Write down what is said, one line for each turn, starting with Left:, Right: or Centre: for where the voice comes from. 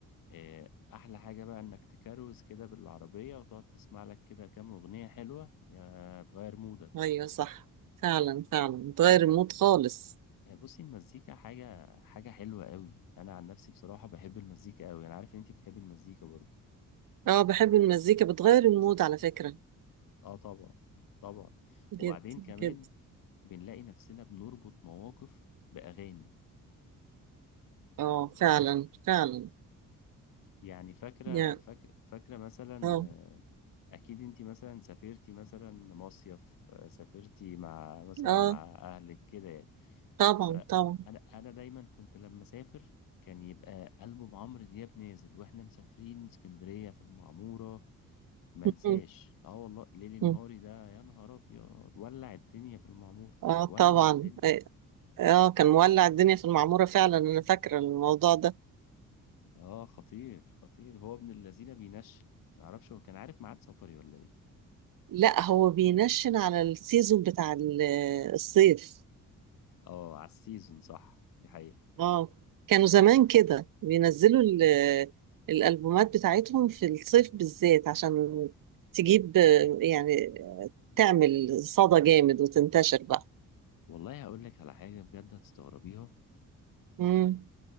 Left: آه، احلى حاجه بقى انك تكروز كده بالعربيه وتقعد تسمع لك كده كام اغنيه حلوه يا تغير مودك
Right: أيوة صح فعلا فعلا بتغير المود خالص
Left: آه، بصي المزيكا حاجه حاجه حلوه قوي انا عن نفسي بصراحه بحب المزيكا قوي انا عارف ان انت بتحبي المزيكا برضو
Right: اه بحب المزيكا بتغير المود على فكرة
Left: اه طبعا طبعا
Right: جدا
Left: وبعدين كمان
Right: جدا
Left: بنلاقي نفسنا بنربط مواقف باغاني
Right: اه فعلا فعلا
Left: يعني فاكرة
Right: يعني
Left: فاكرة فاكرة مثلا
Right: اه
Left: آه، أكيد أنت مثلا سافرتي مثلا مصيف آه، سافرتي مع مثلا
Right: اه
Left: مع أهلك كده يعني
Right: طبعا
Left: فأنا
Right: طبعا
Left: أنا دايما كنت لما أسافر كان يبقى ألبوم عمرو دياب نازل وإحنا مسافرين اسكندرية في المعمورة منساش
Right: مم.
Left: اه والله ليلي نهاري
Right: مم.
Left: ده يا نهار أبيض ولع الدنيا في المعمورة
Right: اه
Left: ولع
Right: طبعا
Left: الدنيا
Right: إيه، اه كان مولع الدنيا في المعمورة فعلا أنا فاكرة الموضوع ده
Left: اه خطير خطير هو ابن الذين بينشل معرفش هو كان عارف ميعاد سفري ولا إيه
Right: لا هو بينشن على السيزون بتاع ال- الصيف
Left: اه على السيزون صح دي حقيقة
Right: اه كانوا زمان كده بينزلوا ال- الألبومات بتاعتهم في الصيف بالذات عشان تجيب آه، يعني تعمل صدى جامد وتنتشر بقى
Left: والله هقول لك على حاجة بجد هتستغربيها
Right: امم